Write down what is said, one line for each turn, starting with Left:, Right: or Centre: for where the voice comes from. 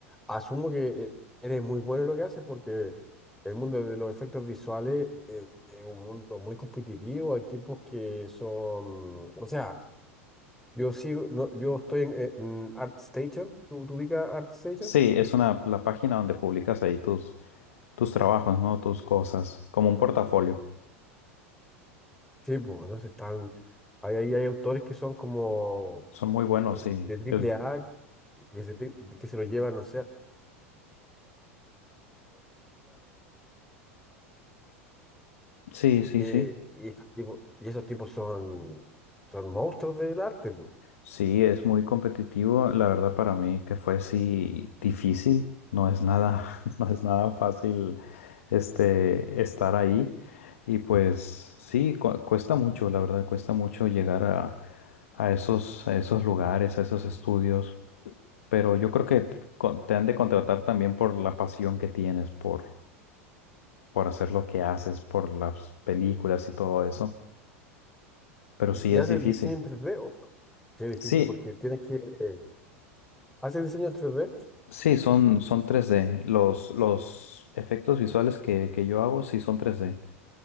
Centre: asumo que eh, eres muy bueno en lo que haces porque el mundo de los efectos visuales eh, es un mundo muy competitivo. Hay tipos que son, o sea, yo sigo, no, yo estoy en, eh, en ArtStation. ¿Tú, tú ubicas ArtStation?
Left: Sí, es una, la página donde publicas ahí tus, tus trabajos, ¿no? Tus cosas, como un portafolio.
Centre: Sí, pues, no sé, están, hay, hay, hay autores que son como
Left: Son muy buenos,
Centre: eh,
Left: sí.
Centre: de triple
Left: Eh,
Centre: A que se, te- que se lo llevan, no
Left: sí, sí,
Centre: Eh,
Left: sí.
Centre: y, estos tipos, y esos tipos son, son monstruos del arte, pues.
Left: Sí, es muy competitivo. La verdad para mí que fue sí difícil. No es nada, <laughs> no es nada fácil este estar ahí. Y pues sí, cu- cuesta mucho, la verdad, cuesta mucho llegar a, a esos, a esos lugares, a esos estudios. Pero yo creo que con- te han de contratar también por la pasión que tienes, por, por hacer lo que haces, por las películas y todo eso. Pero
Centre: Y,
Left: sí es
Centre: y hace
Left: difícil.
Centre: diseño en tres d ojo, sí, es difícil
Left: Sí.
Centre: porque tienes que eh, hacer diseño en 3D,
Left: Sí, son, son tres d Los, los efectos visuales que, que yo hago sí son tres d